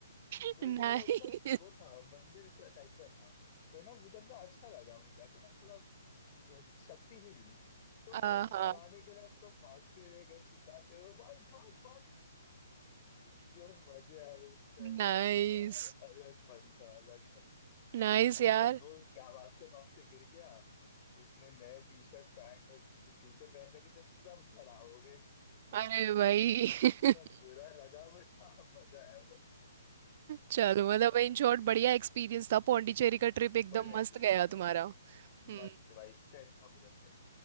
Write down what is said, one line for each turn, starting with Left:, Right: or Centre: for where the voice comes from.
Right: <laughs>
Left: वही
Right: नहीं
Left: तो बोला उधर ना वो था मंदिर टाइप का था तो ना उधर ना अच्छा लगा मैं जाके ना थोड़ा शक्ति सी मिली तो
Right: आहा
Left: मैं डराने के लिए हम लोग भागते हुए गए चिल्लाते हुए भाई भाग भाग जो मजे आए उस टाइम
Right: नाइस
Left: भाई साहब अलग फन था अलग फन
Right: नाइस
Left: एक तो
Right: यार
Left: मेरा दोस्त गा- भागते भागते गिर गया उसने नए टी शर्ट पैंट और जूते पहन रखे थे सब खराब हो
Right: अरे भाई <laughs>
Left: सब बुरा लगा बट हाँ मजा आया बहुत
Right: चलो
Left: तो वही
Right: मतलब
Left: था
Right: इन
Left: हमारा
Right: शॉर्ट
Left: तो
Right: बढ़िया एक्सपीरियंस था पौंडीचेरी का ट्रिप एकदम
Left: बढ़िया एक्सपीरियंस
Right: मस्त गया
Left: था
Right: तुम्हारा हम्म
Left: मस्त भाई सेट था पूरा सेट